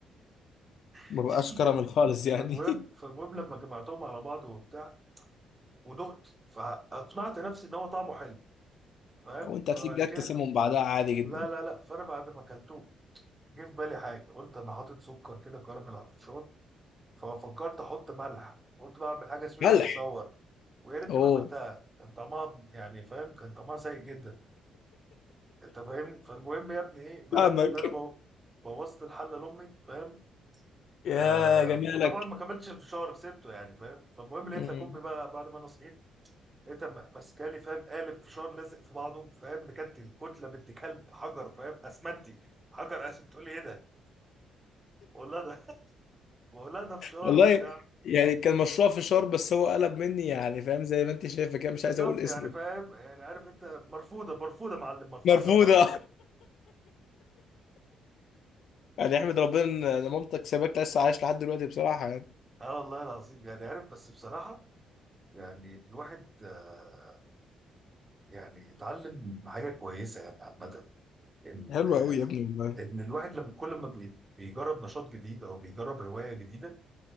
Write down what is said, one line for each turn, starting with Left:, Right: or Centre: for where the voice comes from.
Left: <laughs> ما
Right: <laughs>
Left: بقاش كراميل خالص
Right: فالمهم
Left: يعني <laughs>
Right: فالمهم لما جمعتهم على بعض وبتاع ودقت فاقنعت نفسي ان هو طعمه حلو فاهم
Left: وانت
Right: فبعد
Left: هتلاقيك جاك
Right: كده
Left: تسمم بعدها عادي جدا
Right: لا لا لا فانا بعد ما اكلته جه في بالي حاجه قلت انا حاطط سكر كده كراميل على الفشار ففكرت احط ملح قلت بقى اعمل حاجه سويت
Left: ملح
Right: اند ويا ريتني
Left: اوه
Right: ما عملتها كان طعمها يعني فاهم كان طعمها سيء جدا انت فاهمني فالمهم يا ابني ايه ما
Left: فاهمك
Right: انا ابني اللي انا بو- بوظت الحله لامي فاهم
Left: <laughs> يا
Right: آه
Left: جمالك
Right: وطبعا ما كملتش الفشار سبته يعني فاهم فالمهم لقيت
Left: مم.
Right: لك امي بقى بعد ما انا صحيت لقيتها م- ماسكالي فاهم قالب فشار لازق في بعضه فاهم بكتل كتله بنت كلب حجر فاهم اسمنتي حجر اسود تقول لي ايه ده؟ بقول لها ده بقول لها ده فشار
Left: والله
Right: وبتاع
Left: يعني كان مشروع فشار بس هو قلب مني يعني فاهم زي ما انت شايفه كده مش
Right: بالظبط
Left: عايز اقول اسمه
Right: يعني فاهم يعني عارف انت مرفوضه مرفوضه معلم مرفوضه
Left: مرفوضه
Right: فاهم
Left: <laughs> يعني احمد ربنا ان إن مامتك سابك لسه عايش لحد دلوقتي بصراحه يعني
Right: اه والله العظيم يعني عارف بس بصراحة يعني الواحد آه، يعني اتعلم حاجة كويسة يعني عامة ان
Left: حلو قوي يا ابني والله
Right: ان الواحد لما كل ما بي- بيجرب نشاط جديد او بيجرب هواية جديدة